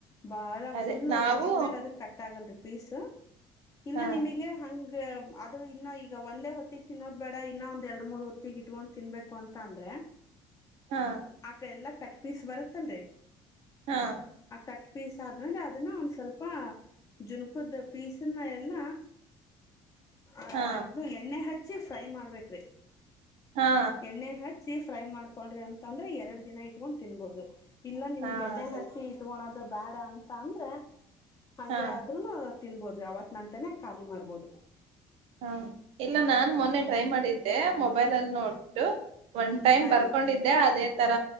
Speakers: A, on the left; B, on the right.
A: ಬಾಳ
B: ಅದೇ
A: ಫುಲ್ಲು
B: ನಾವು
A: ಒಣಗಿದ್ಮೇಲೆ ಅದು ಕಟ್ಟ ಆಲ್ರಿ ಪೀಸ್ ಇಲ್ಲ
B: ಹಾ
A: ನಿಮಗೆ ಹ ಅದು ಇನ್ನು ಈಗ ಒಂದೇ ಹೊ ತ್ತ ತಿನ್ನೋದ್ ಬೇಡ ಇನ್ನ ಒಂದ್ ಎರಡ್ ಮೂರ್ ಹೊತ್ತಗ್ ಇಟ್ಕೊಂಡು ತಿನ್ಬೇಕು ಅಂತ ಅಂದ್ರೆ
B: ಹಾ
A: ಆಕ ಎಲ್ಲಾ ಕಟ್ ಪೀಸ್ ಬರುತ್ತಲ್ರರಿ
B: ಹಾ
A: ಆ ಕಟ್ ಪೀಸ್ ಆದ್ಮೇಲೆ ಅದನ್ನ ಒಂದ್ ಸ್ವಲ್ಪ ಜುನ್ಕದ ಪೀಸನ ಎಲ್ಲ ಆ
B: ಹಾ
A: ಇದು ಎಣ್ಣೆ ಹಚ್ಚಿ ಹಚ್ಚೆ ಫ್ರೈ ಮಾಡ್ಬೇಕ್ರೀ
B: ಹಾ
A: ಎಣ್ಣೆ ಹಚ್ಚಿ ಫ್ರೈ ಮಾಡ್ಕೊಂಡ್ರಿ ಅಂತ ಅಂದ್ರೆ ಎರಡ್ ದಿನ ಇಟ್ಕೊಂಡು ತಿನ್ಬಹುದು ಇಲ್ಲ ನಿಮಗ್ಗೆ
B: ಹಾ
A: ಎಣ್ಣೆ
B: ಅದೇ
A: ಹಚ್ಚಿ ಸಿಟ್ಗೊಣದು ಬೇಡ ಅಂತ ಅಂದ್ರೆ ಹಂಗೆ
B: ಹಾ
A: ಆದ್ರುನು. ತಿನ್ಬೋದು ರೀ ಆವತ್ತ ನಂತನೇ ಖಾಲಿ ಮಾಡ್ಬೋದು.
B: ಹಾ ಇಲ್ಲ ನಾನ್ ಮೊನ್ನೆ
A: ಹ್ಮ್
B: ಟ್ರೈ ಮಾಡಿದ್ದೆ ಮೊಬೈಲಲ್ಲಿ ನೋಡ್ಬಿಟ್ಟು. ಒನ್ ಟೈಮ್
A: ಹಾ
B: ಬರ್ಕೊಂಡಿದ್ದೆ
A: ರೀ
B: ಅದೇ. ತರ